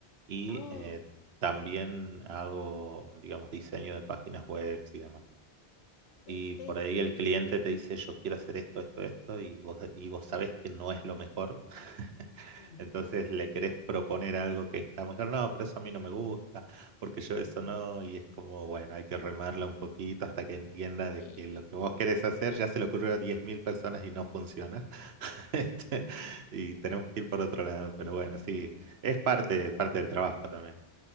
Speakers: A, on the right; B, on the left.
A: y
B: Oh,
A: eh, también hago, digamos, diseño de páginas web y demás.
B: perfecto.
A: Y por ahí el cliente te dice, yo quiero hacer esto, esto, esto, y vos, y vos sabés que no es lo mejor. <laughs>
B: Mm,
A: Entonces
B: mm,
A: le querés proponer algo que está mejor. No, pero eso a mí no me gusta, porque yo eso no. Y es como, bueno, hay que remarla un poquito hasta que entienda de
B: eh,
A: que lo que vos querés hacer ya se le ocurrió a 10.000 personas y no funciona. <laughs> Este,
B: mm.
A: y tenemos que ir por otro lado. Pero bueno, sí, es parte, es parte del trabajo también.